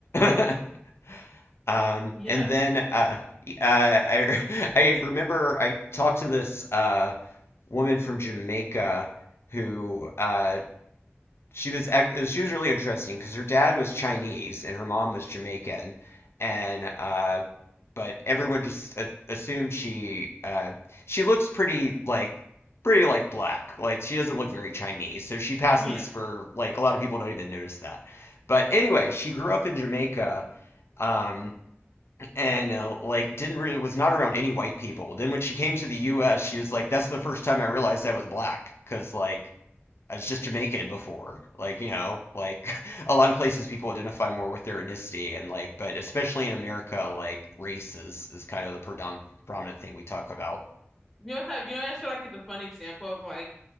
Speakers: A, on the left; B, in the centre.
A: <laughs> Um,
B: yeah,
A: and then uh, y- uh, I <laughs> I remember I talked to this uh, woman from Jamaica who uh, she was ac- it was she was really interesting because her dad was Chinese and her mom was Jamaican and uh, but everyone just uh, assumed she uh, she looks pretty like pretty like black like she doesn't look very Chinese so she passes
B: yeah.
A: for like a lot of people don't even notice that but anyway she grew up in Jamaica. Um, and uh, like didn't really was not around any white people. Then when she came to the U.S., she was like, "That's the first time I realized I was black," because like I was just Jamaican before. Like you know, like <laughs> a lot of places people identify more with their ethnicity, and like, but especially in America, like race is is kind of the predom prominent thing we talk about.
B: You know what I? you know what I feel like is a fun example of like